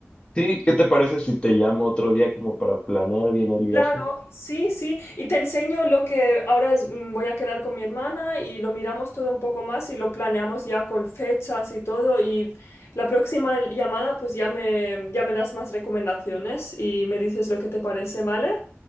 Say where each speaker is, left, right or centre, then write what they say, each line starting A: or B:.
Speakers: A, on the left; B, on the left.
A: sí, ¿qué te parece si te llamo otro día como para planear bien el viaje?
B: Claro, sí, sí. Y te enseño lo que ahora es- mm, voy a quedar con mi hermana y lo miramos todo un poco más y lo planeamos ya con fechas y todo. Y la próxima llamada, pues ya me, ya me das más recomendaciones y me dices lo que te parece, ¿vale?